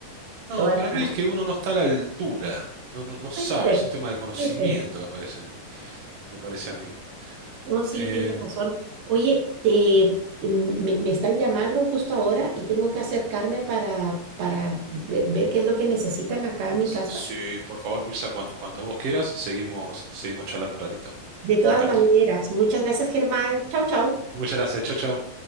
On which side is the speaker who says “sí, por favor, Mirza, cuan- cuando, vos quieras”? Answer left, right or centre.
Right